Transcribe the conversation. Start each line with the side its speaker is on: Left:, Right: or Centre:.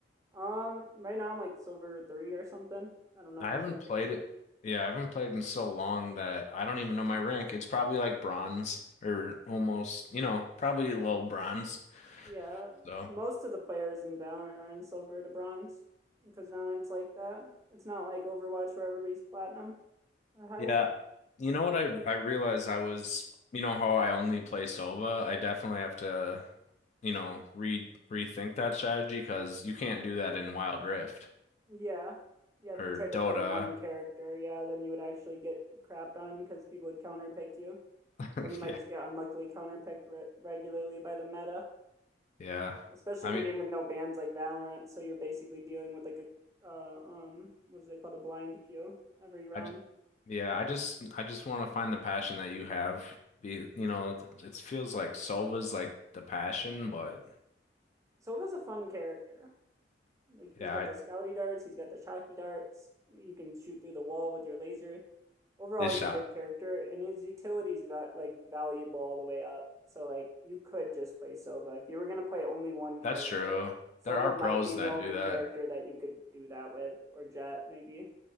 Right: Um, right now I'm like silver three or something. I don't know,
Left: I
Right: nothing
Left: haven't
Right: crazy.
Left: played it. Yeah, I haven't played in so long that I don't even know my rank. It's probably like bronze or almost, you know, probably low bronze.
Right: Yeah,
Left: so.
Right: most of the players in Valorant are in silver to bronze because Valorant's like that. It's not like Overwatch where everybody's platinum or higher.
Left: Yeah. You know what I I realized I was, you know how I only play Sova? I definitely have to, you know, re rethink that strategy because you can't do that in Wild Rift
Right: Yeah, yeah. If
Left: or
Right: you tried to
Left: Dota.
Right: play one character, yeah, then you would actually get crapped on because people would counterpick you,
Left: <laughs>
Right: or you might
Left: Yeah.
Right: just get unluckily counterpicked re- regularly by the meta.
Left: Yeah.
Right: especially
Left: I
Right: in
Left: mean,
Right: a game with no bans like Valorant. So you're basically dealing with like a uh, um what is it called a blind queue every round.
Left: I j- yeah, I just I just want to find the passion that you have. Be, you know, th- it feels like Sova's like the passion, but
Right: Silva's a fun character. Like he's
Left: yeah,
Right: got
Left: I
Right: the scouty darts, he's got the shocky darts. You can shoot through the wall with your laser. Overall,
Left: this
Right: he's
Left: shot.
Right: a good character, and his utility's va- like valuable all the way up. So like you could just play Silva if you were gonna play only one character.
Left: That's true.
Right: Silva
Left: There are
Right: might
Left: pros
Right: be the
Left: that
Right: only
Left: do that.
Right: character that you could do that with, or Jet maybe.